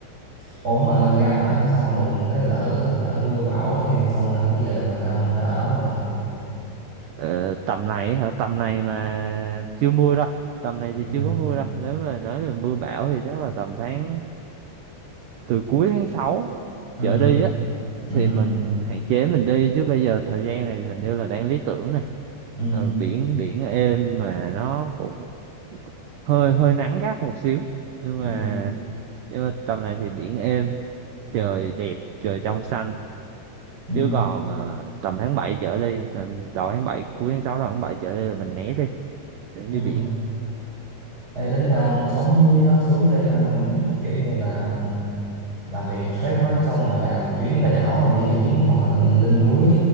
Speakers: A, on the right; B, on the right.
A: ủa mà ra ngoài xong rồi đùng cái lỡ lỡ mưa bão ấy, xong rồi không về được làm sao mình phải ở đó luôn hả
B: ờ, tầm này hả tầm này mà chưa mưa đâu tầm này thì
A: ừ
B: chưa có mưa đâu nếu mà nói về mưa bão thì chắc là tầm tháng từ cuối tháng 6
A: ừ
B: trở đi á
A: ừ
B: thì mình hạn chế mình đi chứ bây giờ thời gian này hình như là đang lý tưởng này
A: ừ
B: ờ, biển biển êm mà nó cũng hơi hơi nắng gắt một xíu nhưng
A: ừ
B: mà nhưng mà tầm này thì biển êm trời đẹp trời trong xanh
A: ừ
B: chứ còn ờ, tầm tháng 7 trở đi tầm đầu tháng bảy cuối tháng 6 đầu tháng 7 trở đi là mình né đi để
A: ừ
B: đi biển
A: Ê, tính ra ông sống với đó sướng ghê ha kiểu như là làm việc stress quá xong rồi làm chuyến ra đảo hoặc đi biển hoặc là lên núi